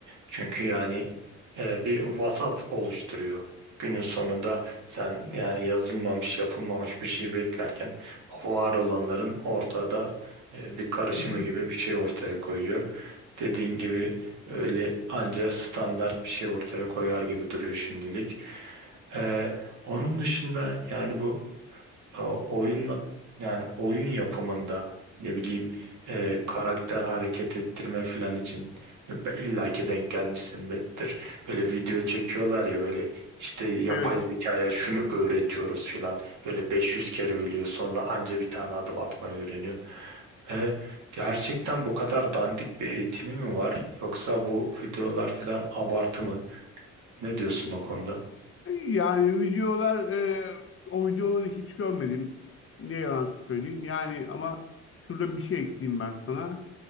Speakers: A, on the right (about 75°); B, on the left (about 45°).
A: Çünkü yani e, bir vasat oluşturuyor. Günün sonunda sen yani yazılmamış, yapılmamış bir şey beklerken var olanların ortada e, bir karışımı
B: Hı hı.
A: gibi bir şey ortaya koyuyor. Dediğin gibi öyle anca standart bir şey ortaya koyar gibi duruyor şimdilik. E, onun dışında yani bu e, oyunla yani oyun yapımında ne bileyim e, karakter hareket ettirme falan için e, be- illa ki denk gelmişsindir. Böyle video çekiyorlar ya böyle işte yapay
B: Evet.
A: zekaya şunu öğretiyoruz filan. Böyle 500 kere ölüyor sonra anca bir tane adım atmayı öğreniyor. E, gerçekten bu kadar dandik bir eğitimi mi var yoksa bu videolar filan abartı mı? Ne diyorsun o konuda?
B: Yani videolar e, o videoları hiç görmedim. Ne yalan söyleyeyim. Yani ama şurada bir şey ekleyeyim ben sana.